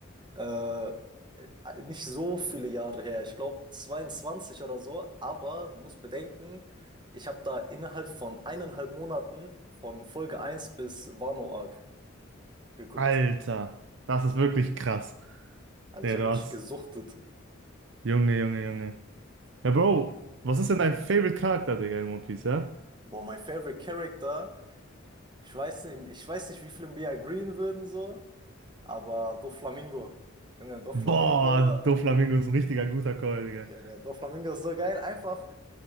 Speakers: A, on the right (about 20°); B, on the right (about 60°).
A: Äh, äh, nicht so viele Jahre her, ich glaube 22 oder so, aber du musst bedenken, ich habe da innerhalb von eineinhalb Monaten von Folge eins bis Wano Arc geguckt.
B: Alter, das ist wirklich krass.
A: Also
B: Digga,
A: ich habe
B: du
A: wirklich
B: hast.
A: gesuchtet.
B: Junge, Junge, Junge. Ja, Bro, was ist denn dein Favorite Charakter, Digga, in One Piece, ja?
A: Boah, mein favorite Character. Ich weiß nicht, ich weiß nicht, wie viele mir agreeen würden so, aber Doflamingo. Junge, Doflamingo,
B: Boah, Doflamingo ist ein richtiger guter Call, Digga.
A: Junge, Doflamingo ist so geil. Einfach